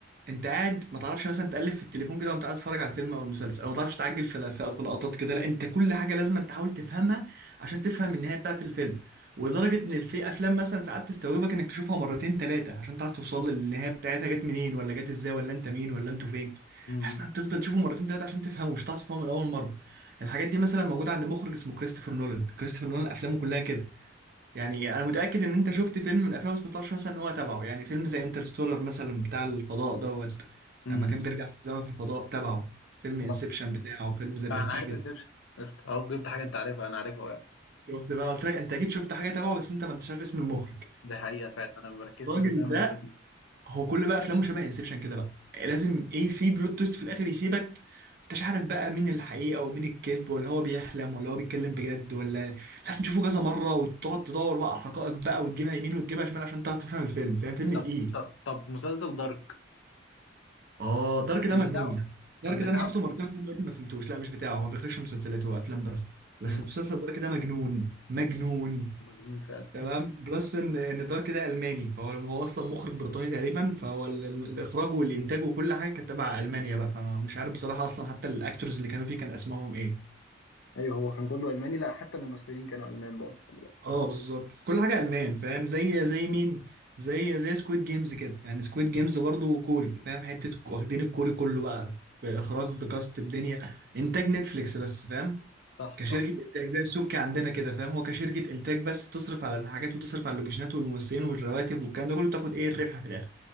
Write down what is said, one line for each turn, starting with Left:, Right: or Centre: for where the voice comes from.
Right: أنت قاعد ما تعرفش مثلا تقلب في التليفون كده وأنت قاعد تتفرج على الفيلم أو المسلسل أو ما تعرفش تعجل في ال- في في لقطات كده لا أنت كل حاجة لازم أنت تحاول تفهمها عشان تفهم النهاية بتاعة الفيلم ولدرجة إن في أفلام مثلا ساعات تستوعبك إنك تشوفها مرتين تلاتة عشان تعرف توصل للنهاية بتاعتها جت منين ولا جت إزاي ولا أنت مين ولا أنتوا فين
Left: امم
Right: بحيث إنك تفضل تشوفه مرتين تلاتة عشان تفهمه مش هتعرف تفهمه من أول مرة الحاجات دي مثلا موجوده عند مخرج اسمه كريستوفر نولان كريستوفر نولان افلامه كلها كده يعني انا متاكد ان انت شفت فيلم من افلامه بس ما تعرفش مثلا ان هو تبعه يعني فيلم زي انترستولر مثلا بتاع الفضاء دوت
Left: امم
Right: لما كان بيرجع في الزمن في الفضاء تبعه فيلم انسبشن
Left: صح
Right: بتاعه فيلم زي برستيج
Left: انا عارف
Right: بتاعه
Left: انسبشن اهو جبت حاجه انت عارفها انا عارفها يعني.
Right: شفت بقى قلت لك انت اكيد شفت حاجه تبعه بس انت ما انتش عارف اسم المخرج
Left: ده حقيقه فعلا انا ما بركزش
Right: الراجل
Left: في اسامي
Right: ده
Left: المخرجين
Right: هو كل بقى افلامه شبه انسبشن كده بقى لازم ايه في بلوت تويست في الاخر يسيبك انتش عارف بقى مين الحقيقه ومين الكذب ولا هو بيحلم ولا هو بيتكلم بجد ولا لازم تشوفه كذا مره وتقعد تدور بقى على حقائق بقى وتجيبها يمين وتجيبها شمال عشان تعرف تفهم الفيلم فاهم فيلم
Left: طب
Right: تقيل
Left: طب طب مسلسل دارك
Right: اه دارك
Left: كان
Right: ده مجنون
Left: بتاعه
Right: دارك
Left: كان بتاعه
Right: ده انا شفته مرتين لحد دلوقتي ما فهمتوش لا مش بتاعه هو ما بيخرجش مسلسلات هو افلام بس بس
Left: امم
Right: المسلسل دارك ده مجنون مجنون
Left: ومجنون فعلا
Right: تمام بلس ان ان دارك ده الماني فهو هو اصلا مخرج بريطاني تقريبا فهو ال- ال- الاخراج والانتاج وكل حاجه كانت تبع المانيا بقى فمش عارف بصراحه اصلا حتى الاكتورز اللي كانوا فيه كان اسمائهم ايه
Left: <laughs> ايوه هو كان كله الماني لا حتى الممثلين كانوا المان برضه خلي بالك.
Right: اه بالظبط كل حاجه المان فاهم زي زي مين زي زي سكويد جيمز كده يعني سكويد جيمز
Left: مم.
Right: برضه كوري فاهم حته واخدين الكوري كله بقى باخراج بكاست بدنيا انتاج نتفليكس بس فاهم
Left: صح
Right: كشركة
Left: صح
Right: إنتاج زي السبكي عندنا كده فاهم هو كشركة إنتاج بس تصرف على الحاجات وتصرف على اللوكيشنات والممثلين والرواتب والكلام ده كله تاخد إيه الربح في الآخر